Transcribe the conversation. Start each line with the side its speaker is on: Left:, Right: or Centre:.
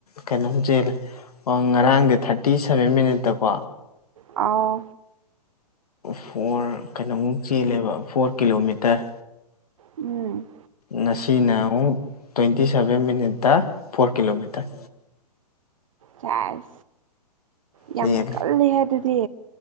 Left: ꯀꯩꯅꯣꯝ ꯆꯦꯜꯂꯦ ꯑꯣ ꯉꯔꯥꯡꯗꯤ ꯊꯥꯔꯇꯤ ꯁꯚꯦꯟ ꯃꯤꯅꯠꯇ ꯀꯣ
Right: ꯑꯥꯎ
Left: ꯐꯣꯔ ꯀꯩꯅꯣꯃꯨꯛ ꯆꯦꯜꯂꯦꯕ ꯐꯣꯔ ꯀꯤꯂꯣꯃꯤꯇꯔ
Right: ꯎꯝ
Left: ꯉꯁꯤꯅ ꯑꯃꯨꯛ ꯇ꯭ꯋꯦꯟꯇꯤ ꯁꯚꯦꯟ ꯃꯤꯅꯠꯇ ꯐꯣꯔ ꯀꯤꯂꯣꯃꯤꯇꯔ
Right: ꯁꯦꯁ ꯌꯥꯝ
Left: ꯆꯦꯜꯂꯤ
Right: ꯀꯜꯂꯤꯍꯦ ꯑꯗꯨꯗꯤ